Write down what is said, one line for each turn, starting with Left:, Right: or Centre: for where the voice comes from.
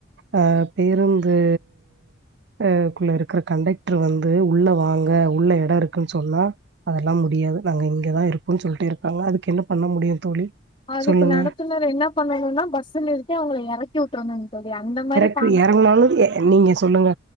Right: அ பேருந்து அ குள்ள இருக்க கண்டக்டர் வந்து உள்ள வாங்க உள்ள எடோ இருக்கும் சொன்னா அதெல்லா முடியாது நாங்க இங்கதா இருப்போ சொல்ட்டு இருக்காங்க அதுக்கு என்ன பண்ண முடியு தோழி
Left: அதுக்கு
Right: சொல்லுங்க
Left: நடத்துனர் என்ன பண்ணணும்னா பஸ்ச நிறுத்தி அவங்கள இறக்கி உட்ருனு சொல்லி அந்த மாதிரி பா
Right: க்கு இறங்குனாலு ய நீங்க சொல்லுங்க